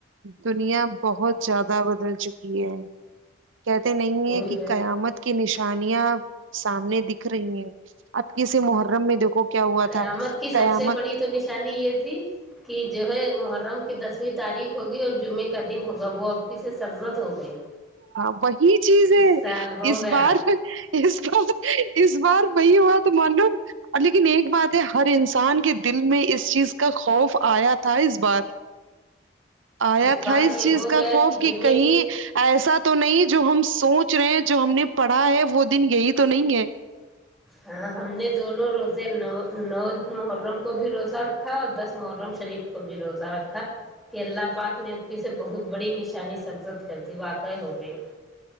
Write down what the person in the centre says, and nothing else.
وہی
جو ہے
قیامت
کی سب
سے بڑی تو نشانی یہ تھی کہ جو ہے محرم کی دسویں تاریخ ہوگی اور جمعے کا دن ہوگا وہ اب ج سے سرزت ہو گئی
اس سال ہو
گیا
بار
یہ
ہو
گیا
جمعے
کی
ہاں ہم نے دونوں روزے نو نو محرم کو بھی روزہ رکھا اور دس محرم شریف کو بھی روتا رکھا کہ اللہ پاک نے اب کی سے بہت بڑی نشانی سزت کر دی واقع ہو گئی